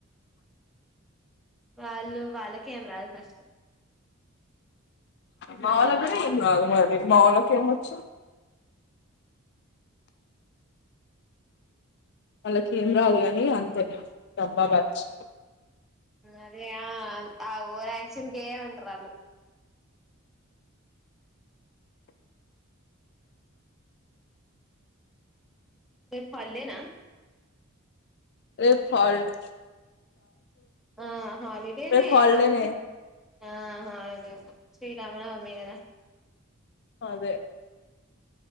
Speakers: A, in the centre; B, on the left (about 55°).
A: వాళ్ళు వాళ్ళకేం రాదు ఫస్ట్ మమ్మల్ని
B: మా వాళ్ళ
A: అంటారు
B: కూడా
A: ఇగ
B: ఆమె రాదు మా వాళ్ళకి ఆమె వచ్చి ఏమొచ్చు వాళ్ళకిం రాదు కాని అంతే బాబాద్ బ్యాచ్
A: అదే ఆ ఓవరాక్షన్ వుంటారు వాలు రేపు హాలిడే నా
B: రేపు హాలిడే
A: ఆ హాలిడేనే
B: రేపు హాలిడేనే
A: మాకతే ఆ హాలిడే నే శ్రీరామనవమి కదా
B: అదే